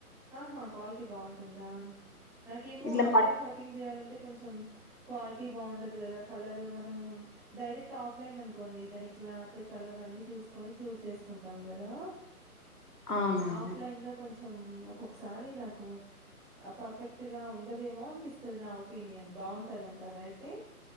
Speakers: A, in the centre; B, on the left.
A: ఆహ క్వాల్టీ బాంటది. డాన్ నాకేమో
B: ఇట్లా
A: ఆన్లైన్
B: పట్
A: షాపింగ్ జేయాలంటే కొంచెం. క్వాల్టీ బాండద్ గదా కలరు మనము డైరెక్ట్ ఆఫ్ లైన్ అన్కోండి దాని క్లాతు కలరన్ని చూస్కొని చూస్జేస్కుంటాం గదా.
B: అవునవును
A: ఆఫ్లైన్ లొ కొంచ్ సమ్ ఒ కొక్సారి నాకు అ పర్ఫెక్ట్ గా ఉండదేమో అన్పిస్తది నా ఒపీనియన్ బాగుంటదంటారా ఐతే.